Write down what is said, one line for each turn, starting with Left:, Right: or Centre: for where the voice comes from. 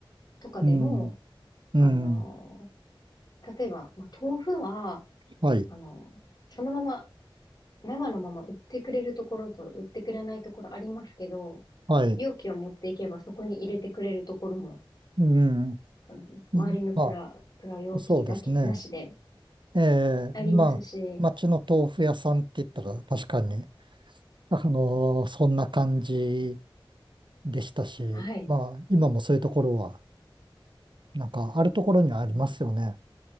Left: とかでも、
Right: うん、うん、
Left: あの、例えば、まあ、豆腐は、
Right: はい、
Left: あの、そのまま、生のまま売ってくれるところと売ってくれないところありますけど、
Right: はい、
Left: 容器を持っていけばそこに入れてくれるところも
Right: うん、
Left: あの周りのプラ、
Right: うんま
Left: プラ容器なき、
Right: あ、そうですね。
Left: なしで
Right: え
Left: ありますし、
Right: え、まあ、町の豆腐屋さんって言ったら確かに、あの、そんな感じでしたし、
Left: はい。
Right: まあ、今もそういうところは、なんか、あるところにはありますよね。
Left: うん、